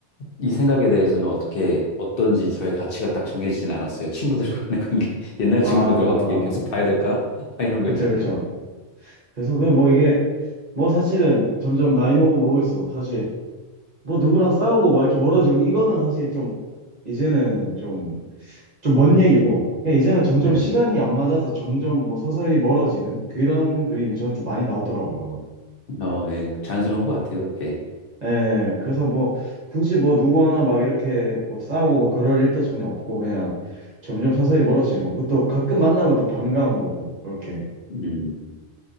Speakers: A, on the left; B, on the right.
A: 이 생각에 대해서는 어떻게 어떤지 저의 가치가 딱 정해지진 않았어요. 친구들 간의 관계, <laughs> 옛날
B: 아,
A: 친구들 어떻게 계속 봐야 될까? <laughs> 막 이런 거
B: 그쵸,
A: 있잖아요.
B: 그쵸. 그래서 그 뭐 이게 뭐 사실은 점점 나이 먹으면 먹을수록 사실 뭐 누구랑 싸우고 막 이렇게 멀어지고 이거는 사실 좀 이제는 좀 좀 먼 얘기고 그냥 이제는 점점
A: 네,
B: 시간이 안 맞아서 점점 뭐 서서히 멀어지는 그런 그림이 저는 좀 많이 나오더라고요.
A: 어, 예, 자연스러운 것 같아요, 그게.
B: 예, 그래서 뭐 굳이 뭐 누구 하나 막 이렇게 뭐 싸우고 뭐 그럴 일도 전혀 없고 그냥 점점 서서히 멀어지는 거고 또 가끔 만나면 또 반가운 거고 그렇게
A: 음.